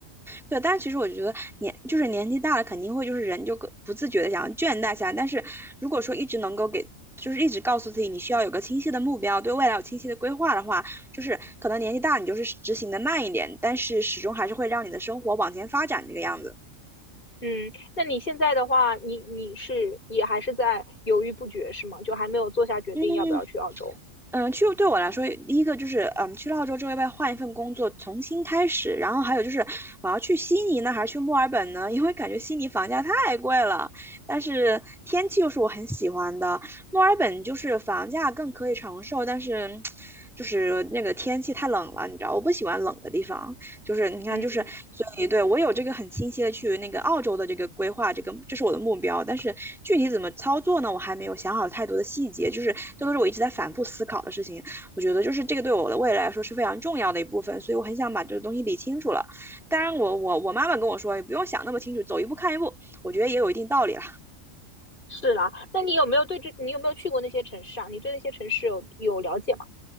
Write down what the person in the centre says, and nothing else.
对，但是其实我就觉得年就是年纪大了，肯定会就是人就个不自觉的想要倦怠下来。但是如果说一直能够给，就是一直告诉自己你需要有个清晰的目标，对未来有清晰的规划的话，就是可能年纪大了你就是执行的慢一点，但是始终还是会让你的生活往前发展这个样子。
嗯，嗯，去对我来说，第一个就是，嗯，去了澳洲之后要不要换一份工作，重新开始？然后还有就是，我要去悉尼呢，还是去墨尔本呢？<laughs> 因为感觉悉尼房价太贵了，但是天气又是我很喜欢的。墨尔本就是房价更可以承受，但是 <tsk> 就是那个天气太冷了，你知道，我不喜欢冷的地方。就是你看，
就是所以对我有这个很清晰的去那个澳洲的这个规划，这个这是我的目标，但是具体怎么操作呢，我还没有想好太多的细节，就是这都是我一直在反复思考的事情。我觉得就是这个对我的未来来说是非常重要的一部分，所以我很想把这个东西理清楚了。当然我，我我我妈妈跟我说，也不用想那么清楚，走一步看一步，我觉得也有一定道理。了。